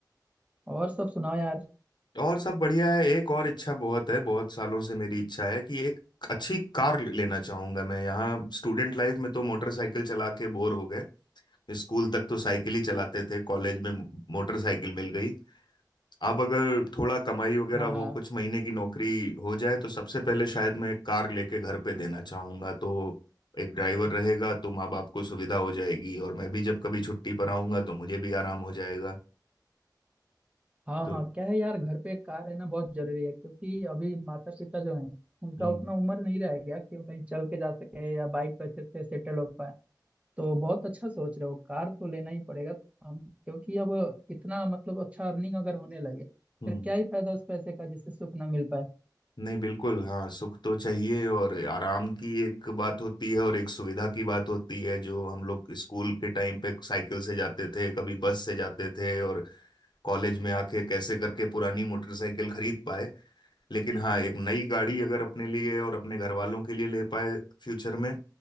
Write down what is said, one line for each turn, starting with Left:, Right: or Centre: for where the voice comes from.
Right: और सब सुनाओ यार
Left: और सब बढ़िया है एक और इच्छा बहुत है बहुत सालों से मेरी इच्छा है कि एक अच्छी कार लेना चाहूंगा मैं यहाँ स्टूडेंट लाइफ में तो मोटरसाइकिल चला के बोर हो गए स्कूल तक तो साइकिल ही चलाते थे कॉलेज में मोटरसाइकिल मिल गई अब अगर थोड़ा कमाई वगैरह
Right: हाँ हाँ
Left: हो कुछ महीने की नौकरी हो जाए तो सबसे पहले शायद मैं एक कार लेके घर पे देना चाहूंगा तो एक ड्राइवर रहेगा तो माँ बाप को सुविधा हो जाएगी और मैं भी जब कभी छुट्टी पर आऊंगा तो मुझे भी आराम हो जाएगा
Right: हाँ
Left: तो
Right: हाँ क्या है यार घर पे एक कार रहना बहुत जरूरी है क्योंकि अभी माता पिता जो हैं उनका
Left: हम्म
Right: उतना उम्र नहीं रह गया कि वो कहीं चल के जा सके या बाइक पर अच्छे से सेटल हो पाए तो बहुत अच्छा सोच रहे हो कार तो लेना ही पड़ेगा हम क्योंकि अब इतना मतलब अच्छा अर्निंग अगर होने लगे
Left: हम्म
Right: फिर क्या ही फायदा उस पैसे का जिससे सुख ना मिल पाए
Left: नहीं बिल्कुल हाँ सुख तो चाहिए और आराम की एक बात होती है और एक सुविधा की बात होती है जो हम लोग स्कूल के टाइम पे साइकिल से जाते थे कभी बस से जाते थे और कॉलेज में आके कैसे करके पुरानी मोटरसाइकिल खरीद पाए लेकिन हाँ एक नई गाड़ी अगर अपने लिए और अपने घर वालों के लिए ले पाए फ्यूचर में